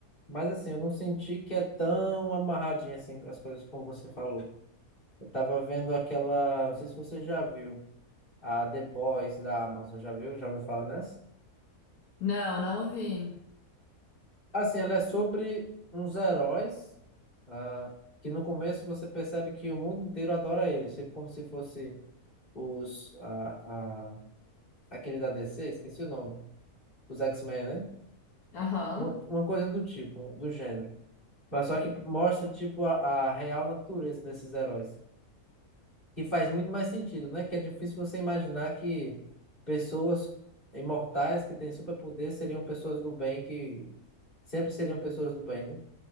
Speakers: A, on the left; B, on the left.
A: mas assim, eu não senti que é tão amarradinha assim as coisas como você falou. Eu tava vendo aquela, não sei se você já viu, a The Boys da Amazon, já viu? Já ouviu falar nessa?
B: Não, não ouvi.
A: Assim, ela é sobre uns heróis, ah, que no começo você percebe que o mundo inteiro adora eles, tipo como se fosse os, ah, ah, aquele da DC, esqueci o nome, os X-Men, né?
B: Aham.
A: Uma uma coisa do tipo, do gênero. Mas só que mostra, tipo, a, a real natureza desses heróis. Que faz muito mais sentido, né? Que é difícil você imaginar que pessoas imortais que têm superpoder seriam pessoas do bem, que sempre seriam pessoas do bem, né?